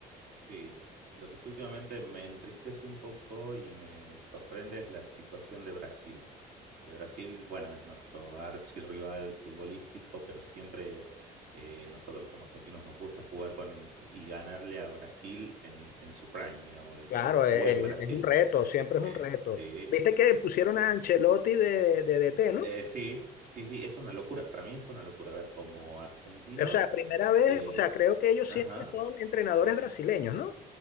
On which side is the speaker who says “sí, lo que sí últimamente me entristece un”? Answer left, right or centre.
Right